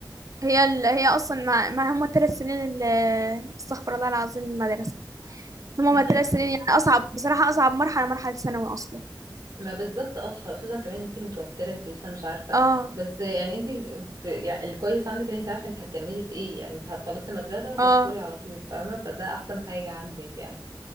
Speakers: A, on the right; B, on the right.
A: هي ال... هي اصلا ما, ما هم الثلاث سنين اللي استغفر الله العظيم المدرسه هم
B: <laughs>
A: الثلاث سنين يعني اصعب بصراحه اصعب مرحله مرحله ثانوي اصلا
B: ما بالظبط اه خصوصا كمان انتي متوترة انتي لسه مش عارفة
A: اه
B: بس يعني انتي ب- يعني الكويس عندك ان انتي عارفة انتي هتكملي في ايه يعني انت هتخلصي المدرسة وهتدخلي
A: اه
B: على طول فاهمة فده احسن حاجة عندك يعني